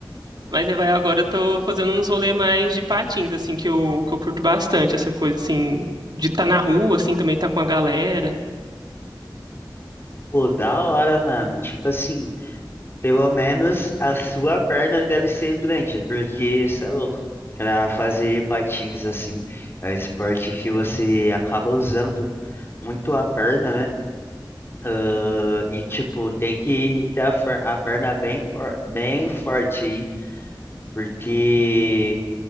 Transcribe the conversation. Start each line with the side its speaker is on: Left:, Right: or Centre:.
Right: Mas aí vai agora eu tô fazendo uns rolês mais de patins, assim, que eu, que eu curto bastante, essa coisa, assim, de estar na rua, assim, também tá com a galera.
Left: Pô, da hora, mano. Tipo assim, pelo menos a sua perna deve ser grande, porque você é louco. Pra fazer patins assim, é um esporte que você acaba usando muito a perna, né? Ah, e tipo, tem que ter a, fer- a perna bem, for- bem forte aí, porque